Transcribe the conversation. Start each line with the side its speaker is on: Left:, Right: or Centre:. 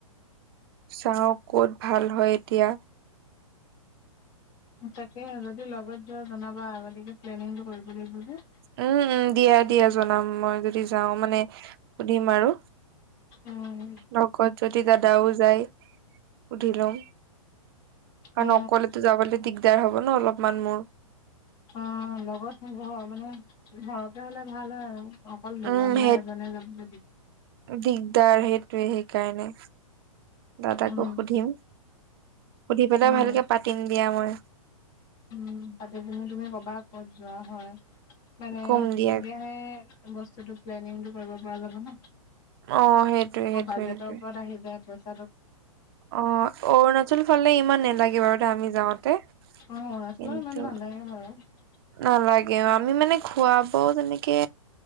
Right: চাও কত ভাল হয় এতিয়া।
Left: তাকে যদি লগত যোৱা জনাবা। আগতীয়াকৈ প্লেনিংটো কৰিব লাগ যে।
Right: উম উম, দিয়া, দিয়া জনাম মই যদি যাওঁ মানে সুধিম আৰু।
Left: উম
Right: লগত যদি দাদাও যায় সুধি লম কাৰণ
Left: অ
Right: অকলেতো যাবলে দিগদাৰ হ'ব ন অলপমান মোৰ
Left: অ লগত হব মানে ঘৰকে হলে ভাল হয় আৰু অকল দুজন
Right: উম
Left: বা
Right: সেই
Left: এজনে যাব
Right: দিগদাৰ সেইটোোৱে সেইকাৰণে দাদাকো
Left: উম
Right: সুধিম সুধি পেলাই
Left: উম
Right: ভালকে পাতিম দিয়া মই
Left: উ পাতি পিনি তুমি ক'বাত ক'ত যোৱা হয় মানে
Right: কম দিয়া
Left: তেতিয়াহে বস্তুতটো প্লেনিংটো কৰিব পৰা যাব ন
Right: অ সেইটোৱে সেইটোৱে
Left: আ বাজেটৰ
Right: সেইটোৱে
Left: ওপৰত আহি যায় পইচা
Right: অ অৰুণাচল ফালে ইমান নালাগে বাৰু দে আমি যাওঁতে
Left: অ অৰুণাচলত
Right: কিন্তু
Left: ইমান নালাগে বাৰু
Right: নালাগে আমি মানে খুৱ বও তেনেকে